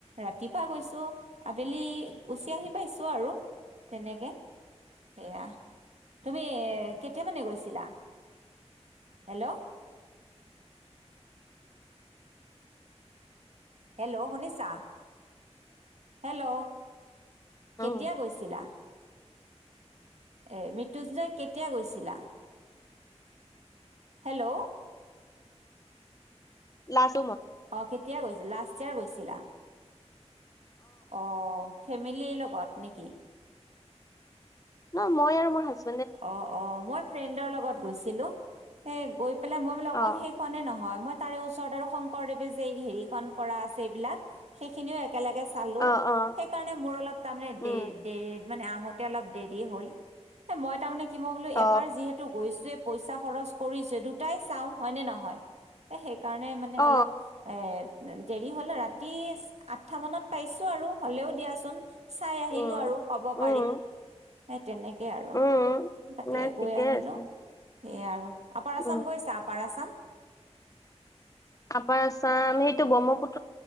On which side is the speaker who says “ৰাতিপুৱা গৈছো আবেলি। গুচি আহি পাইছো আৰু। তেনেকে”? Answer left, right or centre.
Right